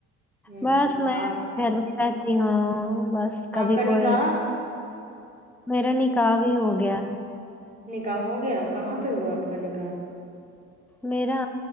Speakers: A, on the right (about 15°); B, in the centre.
A: ہوں
B: بس میں
A: آپ
B: گھر رہتی ہوں بس کبھی
A: آپ کا
B: کوئی
A: نکاح
B: میرا نکاح بھی ہو گیا
A: نکاح ہو گیا کہاں پہ ہوا آپ کا نکاح
B: میرا